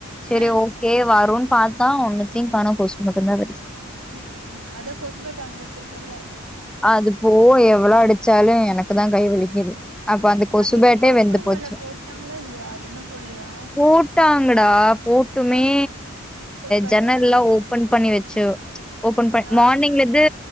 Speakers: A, in the centre; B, on the right.
A: சரி
B: ஆ
A: ஓகே வருண் பார்த்தா ஒன்னுத்தையும் காண கொசு மட்டும்தான் வருது
B: உம் உஹம் அது கொசுபேட்டு வங்கிவச்சுருக்கல்ல
A: அதுபோவ எவ்ளோ எடு ச்சாலும் எனக்கு தான் கைவலிக்குது அப்ப அந்த கொசுபேட்டே
B: அது என்ன கொசு
A: வெந்து போச்சு
B: வல போட்டாங்களா இல்லையா அது என்ன போட்லையா
A: போட்டாங்கடா போட்டுமே
B: ஆ கொசு வருது
A: ஜன்னல்லாம் ஓப்பன் பண்ணி வச்ச ஓபன் பட்
B: ஆ
A: மார்னிங்ல இருந்து